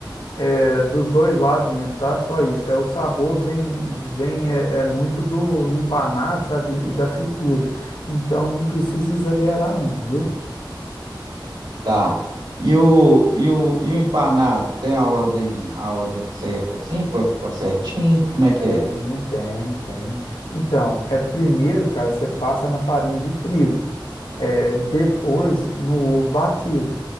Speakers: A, on the left; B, on the right.
A: é dos dois lados mesmo, tá? Só isso. É, o sabor vem, vem é, é muito do empanado, sabe? E da fritura. Então, não precisa exagerar, não, viu?
B: Tá. E o, e o, e o empanado? Tem a ordem, a ordem certa assim para ficar certinho? Como é que é?
A: Tem, tem, tem. Então, é primeiro, cara, você passa na farinha de trigo, é, depois no ovo batido